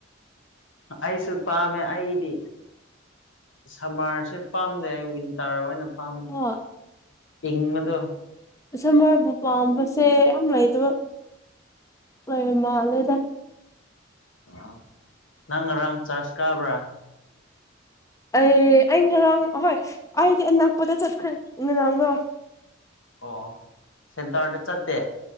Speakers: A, on the left; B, on the left.
A: ꯑꯩꯁꯨ ꯄꯥꯝꯃꯦ ꯑꯩꯗꯤ ꯁꯝꯃꯔꯁꯦ ꯄꯥꯝꯗꯦ ꯑꯩ ꯇꯥꯔ ꯑꯣꯏꯅ ꯄꯥꯝꯕ
B: ꯍꯣꯏ
A: ꯏꯪꯕꯗꯣ
B: ꯏꯁꯝꯃꯕꯨ ꯄꯥꯝꯕꯁꯦ ꯌꯥꯝ ꯂꯩꯗꯕ ꯂꯩꯔ ꯃꯥꯜꯂꯦꯗ
A: ꯑ ꯅꯪ ꯔꯪ ꯆꯥꯁ ꯀꯥꯕ꯭ꯔꯥ
B: ꯑꯦ ꯑꯩ ꯉꯔꯥꯡ ꯍꯣꯏ ꯑꯩꯗꯤ ꯑꯅꯛꯄꯗ ꯆꯠꯈ꯭ꯔꯦ ꯉꯔꯥꯡꯗꯣ
A: ꯑꯣ ꯁꯦꯟꯇꯥꯔ ꯆꯠꯠꯇꯦ